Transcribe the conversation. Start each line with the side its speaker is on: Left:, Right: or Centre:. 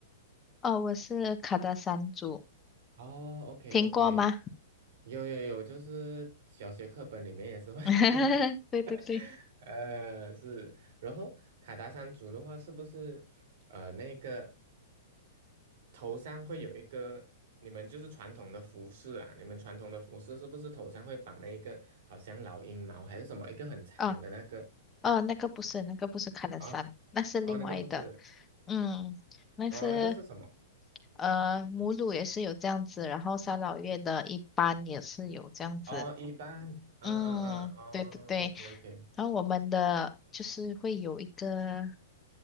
Left: 哦，我是卡达山猪，
Right: 哦，OK
Left: 听过吗？
Right: OK，有有有，就是小学课本里面也是会 <laughs>
Left: <laughs>
Right: 有，
Left: 对对对，
Right: 呃，是。然后卡达山族的话，是不是呃那个头上会有一个？你们就是传统的服饰啊，你们传统的服饰是不是头上会绑那一个好像老鹰毛还是什么一个很长的那个
Left: 哦哦，那个不是，那个不是卡达山，
Right: 啊？
Left: 那是另外的。
Right: 哦，那个不是，
Left: 嗯，那是
Right: 哦，那个是什么？
Left: 呃，母乳也是有这样子，然后三老月的一般也是有这样子。
Right: 哦，一般，嗯嗯嗯，
Left: 嗯，
Right: 哦，OK
Left: 对对对。
Right: OK，
Left: 然后我们的就是会有一个。